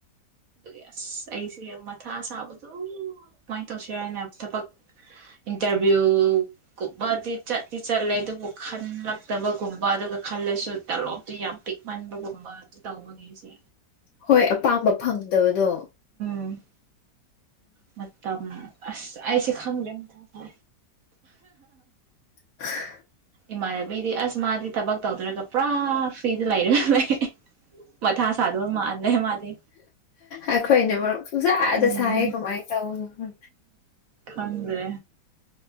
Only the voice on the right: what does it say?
ꯑꯗꯨꯒꯤ ꯑꯁ ꯑꯩꯁꯦ ꯃꯊꯥ ꯁꯥꯕꯗꯣ ꯀꯃꯥꯏꯅ ꯇꯧꯁꯤꯔ ꯍꯥꯏꯅ ꯊꯕꯛ ꯏꯟꯇꯔꯚ꯭ꯌꯨꯒꯨꯝꯕꯗꯤ ꯆꯤ ꯆꯠꯂꯦ ꯑꯗꯨꯕꯨ ꯈꯜꯂꯛꯇꯕꯒꯨꯝꯕ ꯑꯗꯨꯒ ꯈꯜꯂꯁꯨ ꯇꯂꯣꯞꯇꯨ ꯌꯥꯝ ꯄꯤꯛꯃꯟꯕꯒꯨꯝꯕ ꯑꯗꯨ ꯇꯧꯕꯒꯤꯁꯦ
ꯇꯝ ꯃ ꯑꯃ ꯑꯁ ꯑꯁꯦ ꯈꯪ ꯃ ꯊ ꯐ
ꯏꯃꯥꯟꯅꯕꯤꯗꯤ ꯑꯁ ꯃꯥꯗꯤ ꯊꯕꯛ ꯇꯧꯗꯔꯒ ꯄꯨꯔꯥ ꯐ꯭ꯔꯤꯗ ꯂꯩꯔ ꯈ ꯂꯩ ꯃꯊꯥ ꯁꯥꯗꯕ ꯃꯥ ꯂꯩꯦ ꯃꯥꯗꯤ
ꯎꯝ
ꯈꯪꯗ꯭ꯔꯦ